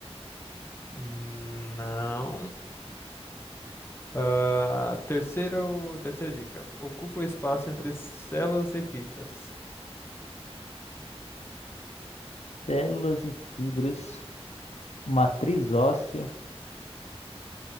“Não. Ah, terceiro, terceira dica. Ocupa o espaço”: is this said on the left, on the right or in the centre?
Left